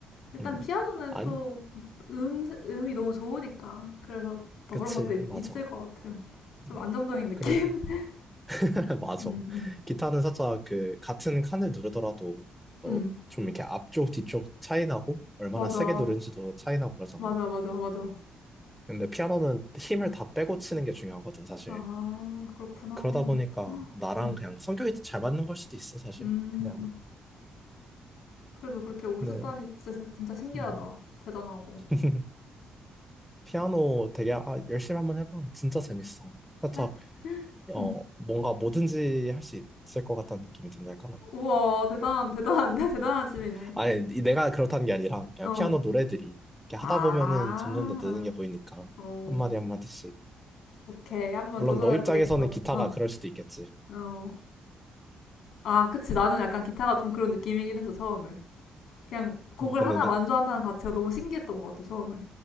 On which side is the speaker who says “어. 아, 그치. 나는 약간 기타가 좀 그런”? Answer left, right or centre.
Left